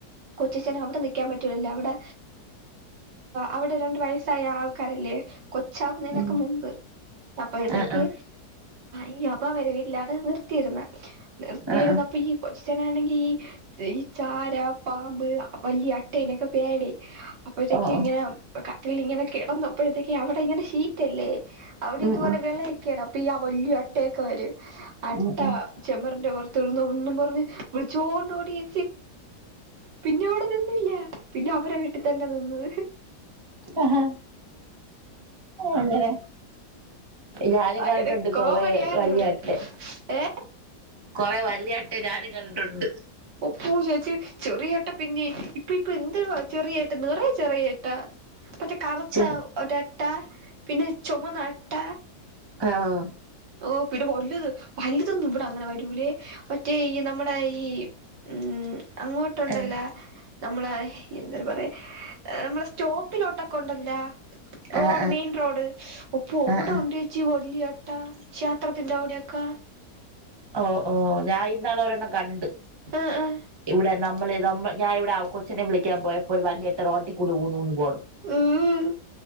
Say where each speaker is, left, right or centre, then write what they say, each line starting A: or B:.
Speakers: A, on the right; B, on the right.
A: കൊച്ചച്ചൻ അവിടെ നിക്കാൻ പറ്റൂലല്ലോ അവിടെ അവിടെ രണ്ടു വയസ്സായ ആൾ. കരല്ലേ കൊച്ചാവുന്നതിനൊക്കെ
B: ഉം
A: മുമ്പ് അപ്പോഴത്തേക്ക്.
B: ആ ആ
A: ഈ അബവരെ വീട്ടിലാണ് നിർത്തിയിരുന്നത് നിർത്തിയിരുന്നപ്പ
B: ആ ആ
A: ഈ കൊച്ചചനാണെങ്കിൽ ഈ ഈ ചാര പാമ്പ് വലിയ അട്ടേനെക്കെ പേടി. അപ്പോഴത്തേക്ക്
B: ഓ ഓ
A: ഇങ്ങനെ കത്തി ഇങ്ങനെ കിടന്നപ്പോഴത്തേക് അവിടെ ഇങ്ങനെ ഷീറ്റ്ല്ലേ അവിടെ
B: ഉം
A: ഇതുപോലെ
B: ഉം
A: വിള അപ്പൊ ആ വലിയ അട്ടയൊക്കെ വര് അട്ട
B: ഉം ഉം
A: ചെമ്മറിന്റെ വറത്തെുന്ന ഒന്നും പറഞ്ഞഞ് വിളിച്ചോണ്ട ഓടിയ. പിന്നെ അവിടെ നിന്നില്ല പിന്നെ അവരെ വിട്ടി തന്നെ നിന്.
B: ആഹ് അങ്ങനെ. ഞാനും
A: അങ്ങനെ
B: കണ്ടിട്ടുണ്ട്
A: കോമഡിയാണ്
B: കൊറേ വലിയ
A: ഇവിടെ
B: അട്ടയെ.
A: ഏ
B: കൊറെ വലിയ അട്ട ഞാന് കണ്ടിട്ടുണ്ട്.
A: ഒപ്പൂ ചേച്ചി ചെറിയട്ട പിന്നെ ഇപ്പൊ ഇപ്പൊ എന്തരു ചെറിയേട്ട നിറയ ചെറിയേട്ടാ. പറ്റേ കറുത്ത
B: ചെ
A: ഒട്ട പിന്നെ ചുമന്ന അട്ട.
B: ആഹ്.
A: ഓ പിന്നെ വലുത് വലുതൊന്നും ഇവിടെ അങ്ങനെ വരൂലേ മറ്റേ ഈ നമ്മുടെ ഈ. ഉം അങ്ങോട്ടുണ്ടല്ല.
B: ആഹ്
A: നമ്മളെ എന്താ പറ നമ്മളെ സ്റ്റോപ്പിലോട്ടൊക്കെണ്ടല്ല. റോഡ്
B: ആഹ്
A: മെയിൻ റോഡ് ഉപ്പ അവിടെ
B: ആഹ് ആഹ്
A: ഉണ്ടച്ചി വലിയ അട്ട. ക്ഷേത്രത്തിൻ്റെ അവിടെയൊക്കെ.
B: ഓ ഓ ഞാൻ ഇന്നാളൊരെണ്ണം കണ്ട്
A: ആഹ് ആഹ്
B: ഇവിടെ നമ്മള് നമ്മ ഞാൻവിടെ കൊച്ചനെ വിളിക്കാൻ പോയപ്പോ ഒരു വലിയ അട്ട റോട്ടി കൂടി ഊന്ന് ഊന്ന് പോകുന്നു.
A: ഉം